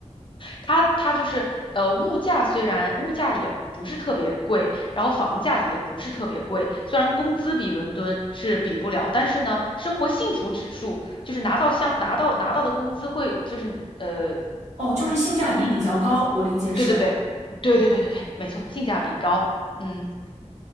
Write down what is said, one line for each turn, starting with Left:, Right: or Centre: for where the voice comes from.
Left: 它它就是呃，物价虽然物价也不是特别贵，然后房价也不是特别贵，虽然工资比伦敦是比不了，但是呢，生活幸福指数就是拿到相拿到拿到的工资会就是。呃，
Right: 哦，就是性价比比较高，我理解是。
Left: 对对对，对对对对对，没错，性价比高。嗯，